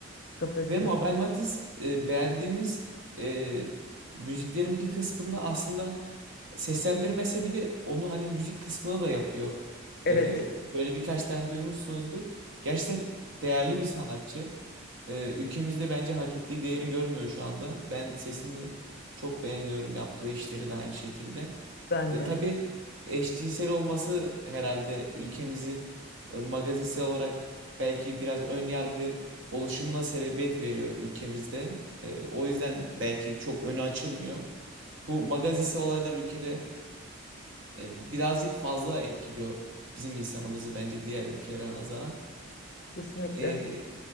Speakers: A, on the left; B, on the right.
A: kapasite.
B: Ve Mabel Matiz e, beğendiğimiz e, müziklerin bir kısmında aslında Seslendirmese bile onu hani müzik kısmına da yapıyor.
A: Evet,
B: Ee, böyle birkaç tane duymuşsunuzdur. Gerçekten değerli bir sanatçı. Ee, ülkemizde bence hak ettiği değeri görmüyor şu anda. Ben sesini çok beğeniyorum. Yaptığı işleri de aynı şekilde.
A: ben
B: E,
A: de
B: tabii eşcinsel olması herhalde ülkemizin e, magazinsel olarak belki biraz ön yargı oluşumuna sebebiyet veriyor ülkemizde. E, o yüzden belki çok önü açılmıyor. Bu magazinsel olaylar ülkede e, birazcık fazla etkiliyor bizim insanımızı bence diğer ülkelere nazaran.
A: kesinlikle.
B: E,